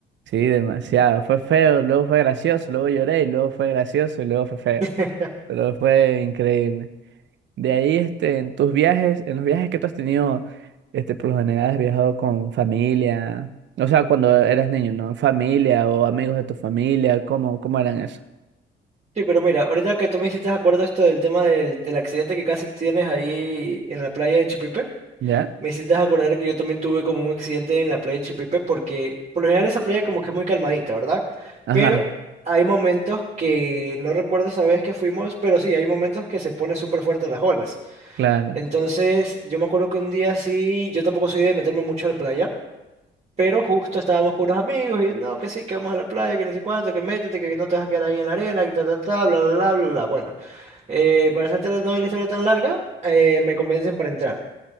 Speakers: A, on the right; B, on the right.
A: Sí, demasiado. Fue feo, luego fue gracioso, luego lloré, y luego fue gracioso y luego fue feo.
B: <laughs>
A: Pero fue increíble. De ahí, este, en tus viajes, en los viajes que tú has tenido, este, por lo general has viajado con familia, o sea, cuando eras niño, ¿no? Familia o amigos de tu familia, ¿cómo, cómo eran eso?
B: Sí, pero mira, ahorita que tú me hiciste acuerdo esto del tema del, del accidente que casi tienes ahí en la playa de Chipipe,
A: ¿Ya?
B: me hiciste acordar que yo también tuve como un accidente en la playa de Chipipe porque por lo general esa playa como que es muy calmadita, ¿verdad?
A: Ajá,
B: Pero hay momentos que no recuerdo esa vez que fuimos, pero sí, hay momentos que se pone súper fuerte las olas.
A: claro,
B: Entonces, yo me acuerdo que un día sí, yo tampoco soy de meterme mucho a la playa. Pero justo estábamos con unos amigos y no, que sí, que vamos a la playa, que ni sé cuánto, que métete, que no te vas a quedar ahí en la arena, que ta, ta, ta, bla, bla, bla, bla. bla". Bueno, eh, para hacerte no la historia tan larga, eh, me convencen para entrar.